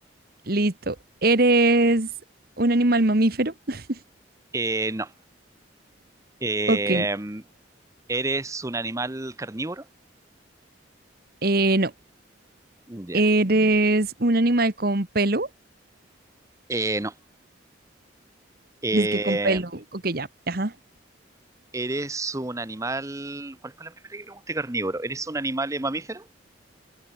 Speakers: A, on the right; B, on the right.
A: Listo. ¿Eres un animal mamífero? <laughs>
B: Eh, no. Eh,
A: Ok.
B: ¿eres un animal carnívoro?
A: Eh, no.
B: Ya.
A: ¿Eres un animal con pelo?
B: Eh, no. Eh,
A: Dice que con pelo. Ok, ya. Ajá.
B: ¿eres un animal? ¿Cuál fue la primera que pregunté? Carnívoro. ¿Eres un animal eh, mamífero?